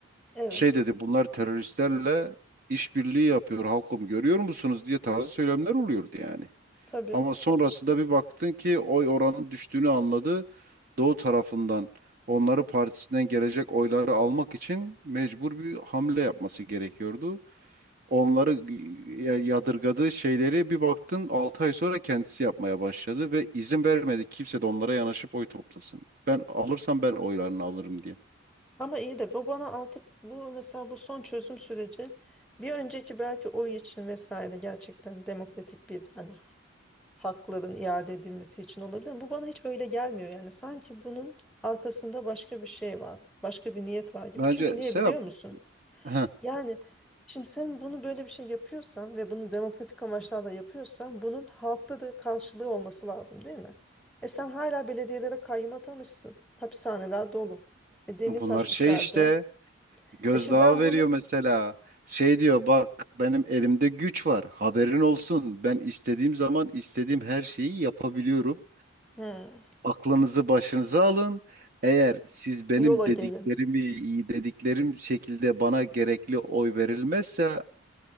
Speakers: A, in the centre; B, on the right.
A: Evet.
B: şey dedi bunlar teröristlerle işbirliği yapıyor halkım görüyor musunuz diye tarzı söylemler oluyordu yani.
A: Tabii.
B: Ama sonrasında bir baktın ki oy oranının düştüğünü anladı. Doğu tarafından onları partisinden gelecek oyları almak için mecbur bir hamle yapması gerekiyordu. Onları e, ya- yadırgadığı şeyleri bir baktın 6 ay sonra kendisi yapmaya başladı ve izin vermedi kimse de onlara yanaşıp oy toplasın. Ben alırsam ben oylarını alırım diye.
A: Ama iyi de bu bana artık bu mesela bu son çözüm süreci bir önceki belki oy için vesaire gerçekten demokratik bir hani hakların iade edilmesi için olabilir. ama Bu bana hiç öyle gelmiyor yani sanki bunun arkasında başka bir şey var, başka bir niyet var gibi.
B: Bence
A: Çünkü niye
B: Serap
A: biliyor musun?
B: heh,
A: Yani şimdi sen bunu böyle bir şey yapıyorsan ve bunu demokratik amaçlarla yapıyorsan bunun halkta da karşılığı olması lazım değil mi? E sen hala belediyelere kayyum atamışsın. Hapishaneler dolu. E, Demirtaş
B: bunlar şey
A: içeride.
B: işte Gözdağı
A: E şimdi ben
B: veriyor
A: bunu
B: mesela. Şey diyor bak benim elimde güç var. Haberin olsun. Ben istediğim zaman istediğim her şeyi yapabiliyorum.
A: Hmm,
B: Aklınızı başınıza alın. Eğer siz benim
A: yola
B: dediklerimi
A: gelin.
B: dediklerim şekilde bana gerekli oy verilmezse